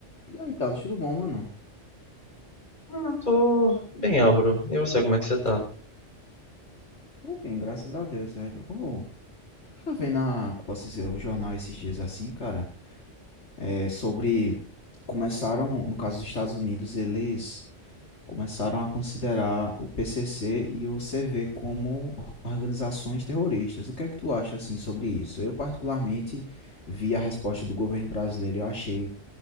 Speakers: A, on the left; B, on the left.
A: E aí, Thales, tudo bom, mano?
B: Ah, tô bem, Álvaro. E você, como é que você tá?
A: Tô bem, graças a Deus, velho. Ô, tu tá vendo a, como posso dizer, o jornal esses dias assim, cara? É sobre. Começaram, no caso dos Estados Unidos, eles começaram a considerar o PCC e o CV como or- organizações terroristas. O que é que tu acha, assim, sobre isso? Eu, particularmente, vi a resposta do governo brasileiro e eu achei